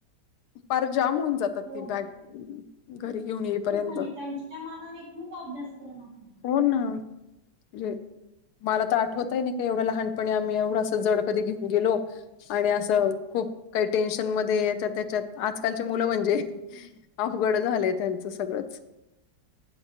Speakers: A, on the left; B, on the right.
A: पार जाम होऊन जातात
B: हो
A: ती
B: ना
A: बॅग घरी घेऊन येईपर्यंत,
B: खूप म्हणजे त्यांच्या मानाने खूप अभ्यासक्रम आहे आता.
A: हो न जे मला तर आठवतही नाही का एवढं लहानपणी आम्ही एवढं असं जड कधी घेऊन गेलो आणि असं खूप काही टेन्शन मध्ये याच्यात त्याच्यात, आजकालची मुलं म्हणजे अवघड झालंय त्यांचं सगळंच.